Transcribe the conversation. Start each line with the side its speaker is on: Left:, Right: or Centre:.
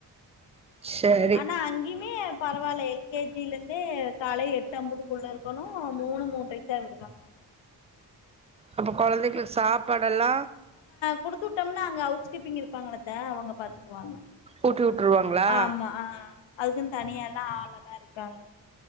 Right: சேரி
Left: ஆனா அங்கிமே பரவால்ல எல் கே ஜி ல இருந்தே காலை எட்டு ஐம்பதுக்குள்ள இருக்கணும் மூணு மூன்றைக் தா விடுவாங்கலாமா
Right: அப்ப கொழந்தைகளுக்கு சாப்பாடு டல்லா
Left: குடுத்தூட்டோம்னா அங்க அவுச் கீப்பிங் இருப்பாங்களத்த அவங்க பாத்துக்குவாங்க
Right: ஊட்டி விட்டுருவாங்களா
Left: ஆமா ஆஹ அதுக்குன்னு தனியா எல்லாம் ஆளல்லாம் இருக் காங்க